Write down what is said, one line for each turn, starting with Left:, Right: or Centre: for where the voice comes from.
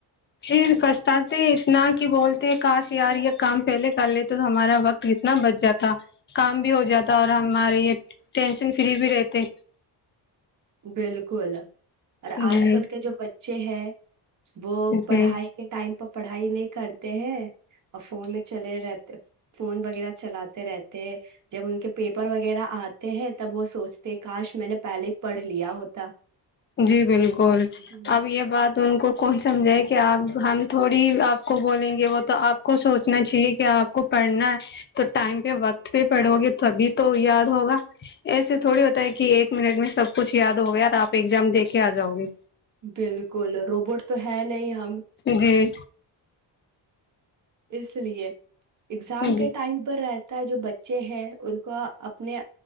Left: پھر پچھتاتے اتنا کہ بولتے کاش یار یہ کام پہلے کر لیتے ہمارا وقت اتنا بچ جاتا کام بھی ہو جاتا اور ہمارے یہ ٹینشن فری بھی رہتے
Right: بالکل اور
Left: جی
Right: آج کل کے جو بچے ہیں وہ
Left: جی
Right: پڑھائی کے ٹائم پ پڑھائی نہیں کرتے ہیں اور فون میں چلے رہتے فون وغیرہ چلاتے رہتے ہیں جب ان کے پیپر وغیرہ آتے ہیں تب وہ سوچتے کاش میں نے پہلے پڑھ لیا ہوتا
Left: جی بالکل
Right: جی
Left: اب یہ بات تو ان کو کون سمجھائے کہ آپ ہم تھوڑی آپ کو بولیں گے وہ تو آپ کو سوچنا چاہیے کہ آپ کو پڑھنا ہے تو ٹائم پہ وقت پہ پڑھو گے تبھی تو یاد ہوگا ایسے تھوڑی ہوتا ہے کہ ایک منٹ میں سب کچھ یاد ہوگیا اور آپ ایگزام د کے آ جاؤ گی
Right: بالکل روبوٹ تو ہے نہیں ہم
Left: جی
Right: اس لیے اگزام
Left: جی
Right: کے ٹائم پر رہتے جو بچے ہیں ان کو اپنے